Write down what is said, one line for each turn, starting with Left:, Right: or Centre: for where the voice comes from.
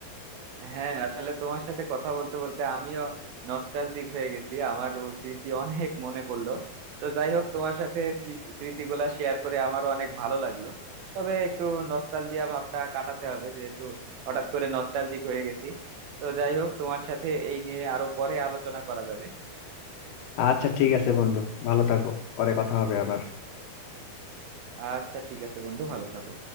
Right: হ্যাঁ আসলে তোমার সাথে কথা বলতে বলতে আমিও নস্টালজিক হয়ে গেছি আমারও স্মৃতি অনেক মনে পড়লো তো যাই হোক তোমার সাথে স্মৃ- স্মৃতিগুলা শেয়ার করে আমারও অনেক ভালো লাগলো তবে একটু নস্টালজিয়া ভাবটা কাটাতে হবে যেহেতু হঠাৎ করে নস্টালজিক হয়ে গেছি তো যাই হোক তোমার সাথে এই নিয়ে আরো পরে আলোচনা করা যাবে
Left: আচ্ছা ঠিক আছে বন্ধু ভালো থাকো পরে কথা হবে আবার
Right: আচ্ছা ঠিক আছে বন্ধু ভালো থাকো